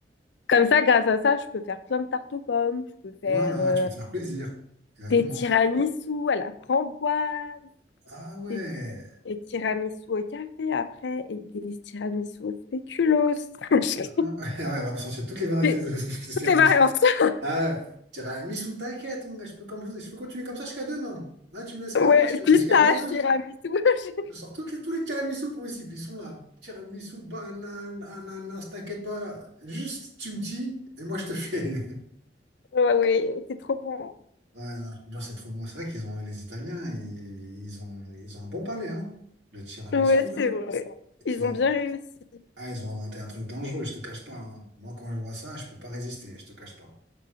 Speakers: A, on the left (about 75°); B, on the right (about 75°).
A: comme ça, grâce à ça, je peux faire plein de tartes aux pommes, je peux faire
B: Voilà,
A: euh,
B: tu peux te faire plaisir. Exactement.
A: des tiramisu à la framboise,
B: Ah ouais.
A: des Et tiramisu au café après, et des tiramisu au spéculoos. <laughs>
B: Ah ouais, <laughs> ouais, on va me sortir toutes les variétés
A: J'ai
B: de, <laughs> de tiramisu.
A: Toutes les variantes. <laughs>
B: Ah, ouais, tiramisu, t'inquiète, mon gars, je peux, comme- je peux continuer comme ça jusqu'à demain. Là, tu me laisses parler,
A: Ouais,
B: je peux-
A: pistache,
B: jusqu'à demain.
A: tiramisu. <laughs>
B: Je sors toutes les, tous les tiramisu possibles, ils sont là. Tiramisu, banane, ananas, t'inquiète pas. Juste, tu me dis, et moi, je te fais. <laughs>
A: Ouais, ouais, c'est trop bon.
B: Ouais, non, je te jure, c'est trop bon. C'est vrai qu'ils ont, les Italiens, ils, ils ont, ils ont un bon palais, hein. Le tiramisu,
A: Ouais,
B: là.
A: c'est vrai.
B: Ils
A: Ils
B: ont,
A: ont bien
B: un-
A: réussi.
B: ah, ils ont inventé un truc dangereux, je te cache pas. hein. Moi, quand je vois ça, je peux pas résister, je te cache pas.